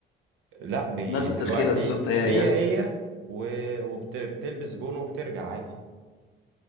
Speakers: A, on the right; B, on the left.
A: لا بي
B: نفس
A: دلوقتي
B: التشكيله بالظبط هي
A: هي
B: هي
A: هي وبتلبس جون وبترجع عادي